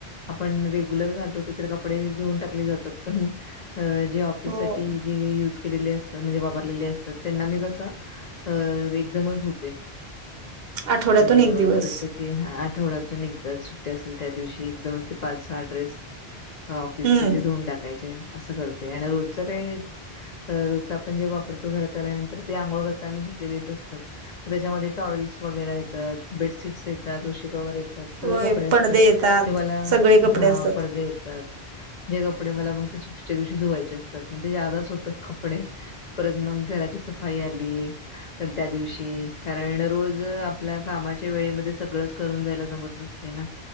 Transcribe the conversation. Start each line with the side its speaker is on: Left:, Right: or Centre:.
Left: आपण रेग्युलर घालतो ते तर कपडे धुऊून टाकले जातात. पण अ जे ऑफिस
Right: हो
Left: साठी जे युज केलेले असतात म्हणजे वापरलेले असतात. त्यांना मी कसं अ एकदमच धुते
Right: आठवड्यातून
Left: अ
Right: एक दिवस
Left: जस की, ह आठवड्यातून एकदा सुट्टी असेल, त्या दिवशी एकदमच ते पाच सहाठ ड्रेस ऑफिसचे
Right: हम्म
Left: ते धुऊन टाकायचे असं करते. आणि रोजच काय! रोज आपण जे वापरतो घरात आल्यानंतर ते आंघोळ करताना धुतलेले असतात. त्याच्यामध्ये टॉवेल वगैरे येतात, बेडशीट्स, येतात उशी कवर, येतात सगळे
Right: होय
Left: कपडे
Right: पडदे
Left: असतात.
Right: येतात
Left: जेव्हाला
Right: सगळे कपडे
Left: हा
Right: असतात
Left: पडदे तर जे कपडे मला मग ते सुट्टीच्या दिवशी धुवायचे असतात मग ते जादाच होतात कपडे परत मग घराची सफाई आली पण त्या दिवशी कारण रोज आपल्या कामाच्या वेळेमध्ये सगळंच करून जायला जमत नसते ना.